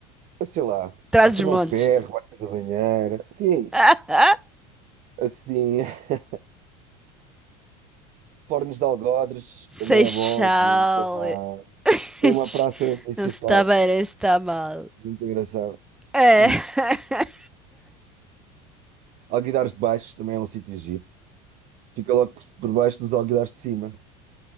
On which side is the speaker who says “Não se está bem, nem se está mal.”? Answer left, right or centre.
Centre